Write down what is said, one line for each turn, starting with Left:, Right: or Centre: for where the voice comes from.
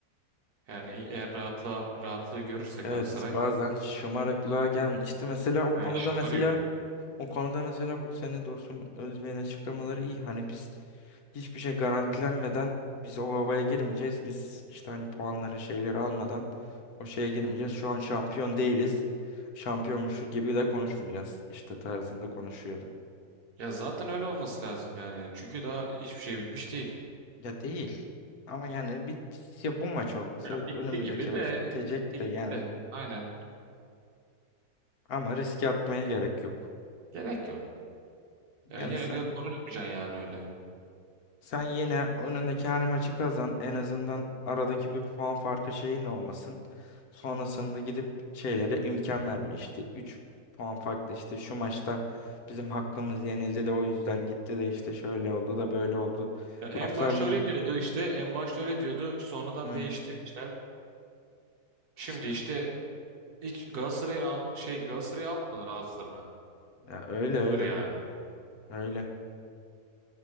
Right: Yani eğer
Left: Hı hı.
Right: rahatla rahatlığı görürse Galatasaray
Left: Evet bazen şımarıklığa gelmiş. İşte mesela o
Right: hani
Left: konuda
Right: şımarıyor.
Left: mesela O konuda mesela bu sene Dursun Özbey'in açıklamaları iyi. Hani biz hiçbir şey garantilenmeden biz o havaya girmeyeceğiz. Biz işte hani puanları şeyleri almadan o şeye girmeyeceğiz. Şu an şampiyon değiliz. Şampiyonmuşu gibi de konuşmayacağız. İşte tarzında konuşuyordu.
Right: Ya zaten öyle olması lazım yani. Çünkü daha hiçbir şey bitmiş değil.
Left: Ya değil. Ama yani bir ya bu maç olması
Right: Ya bitti
Left: önümüzdeki
Right: gibi
Left: maç
Right: de
Left: bitecek
Right: bitti
Left: de yani.
Right: gibi de aynen
Left: Ama riske atmaya gerek yok.
Right: gerek yok. Ya
Left: Yani
Right: yine
Left: sen
Right: de konuşmayacaksın yani öyle.
Left: Sen yine önündeki her maçı kazan. En azından aradaki bir puan farkı şeyin olmasın. Sonrasında gidip şeylere imkan verme işte. 3 puan farklı işte şu maçta bizim hakkımız yenildi de o yüzden gitti de işte şöyle oldu da böyle oldu.
Right: Ya en
Left: Lafların
Right: başta öyle diyordu işte en başta öyle diyordu sonradan
Left: Hı
Right: değişti
Left: hı.
Right: işler. Şimdi
Left: işte
Right: işte hiç Galatasaray'ın al- şey Galatasaray'ı almıyorlar ağızlarına.
Left: ya öyle
Right: Sıfır
Left: öyle
Right: yani.
Left: öyle.